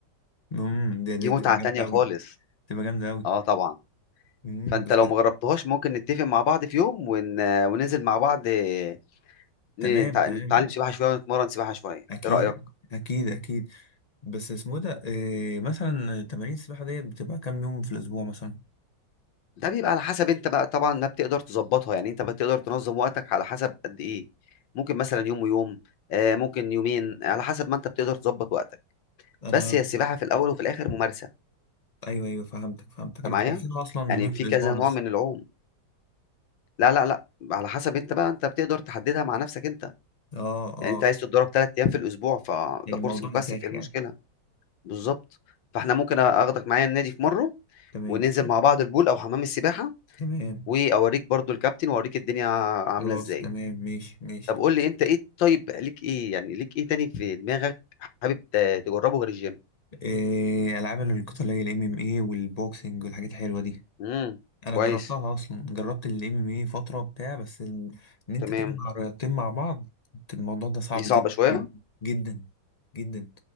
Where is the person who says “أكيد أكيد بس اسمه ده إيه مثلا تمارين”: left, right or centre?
Left